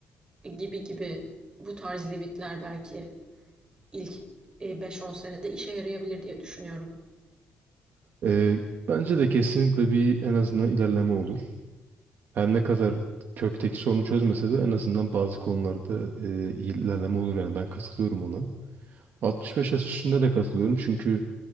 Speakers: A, on the right; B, on the right.
A: gibi gibi bu tarz limitler belki ilk beş-on senede işe yarayabilir diye düşünüyorum.
B: Ee, bence de kesinlikle bir en azından ilerleme olur. Her ne kadar kökteki sorunu çözmese de en azından bazı konularda e, iyi ilerleme olur yani ben katılıyorum ona. 65 yaş üstünde de katılıyorum çünkü